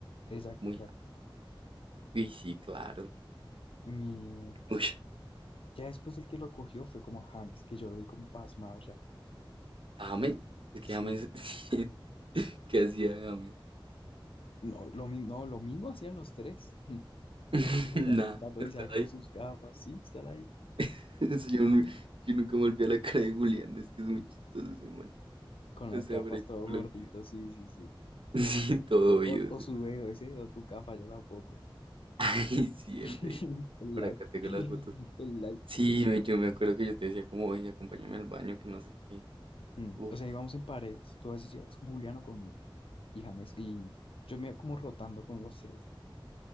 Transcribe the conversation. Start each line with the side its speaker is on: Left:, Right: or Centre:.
Left: Exacto,
Right: muy...
Left: exacto.
Right: Uy, sí, claro.
Left: Y
Right: Uy,
Left: ya después el que lo cogió fue como a James, que yo lo vi como pasmado ya.
Right: James, es que
Left: Sí.
Right: James, <laughs> ¿qué hacía James?
Left: No, lo, mi- no, lo mismo hacían los tres. <laughs>
Right: <laughs>
Left: Y Julián
Right: Nada,
Left: Dadoiza
Right: estar
Left: ahí con
Right: ahí.
Left: sus gafas, sí, estar ahí
Right: <laughs> Eso Yo, nu- yo nunca me olvidé la cara de Julián, es que es muy chistoso ese man.
Left: con
Right: O
Left: las
Right: sea,
Left: gafas
Right: por ahí tengo
Left: todo gordito,
Right: los videos.
Left: sí, sí, sí.
Right: <laughs> Sí, todo
Left: O,
Right: oído
Left: o,
Right: ese
Left: o su
Right: man.
Left: dedo ese, o tu gafa ya tampoco.
Right: <laughs> Ay, sí,
Left: <laughs>
Right: el dedito.
Left: El
Right: Por
Left: like,
Right: acá tengo
Left: el
Right: las fotos.
Left: like.
Right: Sí, me- yo me acuerdo que yo te decía como, oye, acompáñame al baño, que no sé qué.
Left: Mm,
Right: Uf.
Left: O sea, íbamos en parejas. Tú a veces ibas con Julián o conmigo. Y James, y yo me iba como rotando con los tres.